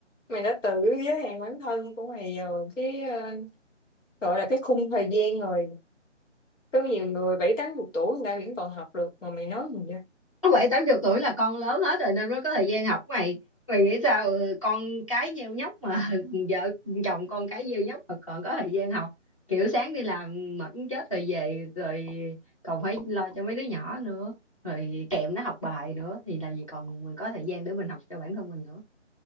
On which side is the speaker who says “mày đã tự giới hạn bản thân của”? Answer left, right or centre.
Left